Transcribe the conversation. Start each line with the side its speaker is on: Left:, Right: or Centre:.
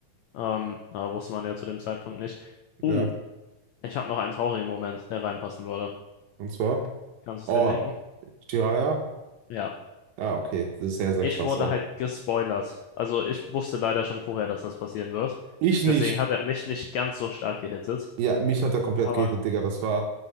Left: Ähm, aber wusste man ja zu dem Zeitpunkt nicht. Uh,
Right: Ja,
Left: ich habe noch einen traurigen Moment, der reinpassen würde.
Right: und zwar.
Left: Kannst du es
Right: Oh,
Left: dir denken?
Right: Jiraiya?
Left: Ja.
Right: Ja, okay. Das ist sehr, sehr
Left: Ich
Right: krass
Left: wurde
Right: auch.
Left: halt gespoilert. Also ich wusste leider schon vorher, dass das passieren wird.
Right: Ich nicht.
Left: Deswegen hat er mich nicht ganz so stark gehittet.
Right: Ja, mich hat er komplett
Left: Aber
Right: gehittet, Digga. Das war,